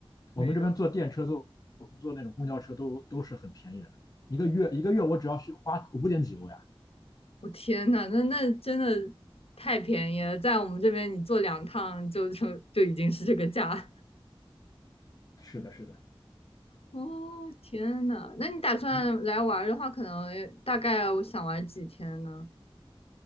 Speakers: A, on the left; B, on the left.
A: 没有，
B: 我们这边坐电车、坐坐那种公交车都都是很便宜的，一个月一个月我只要去花五点几欧呀。
A: 我天呐，那那真的太便宜了，在我们这边你坐两趟就就就已经是这个价。
B: 是的，是的，
A: 哦，天呐，那你打算来玩的话，
B: 我
A: 可能大概我想玩几天呢？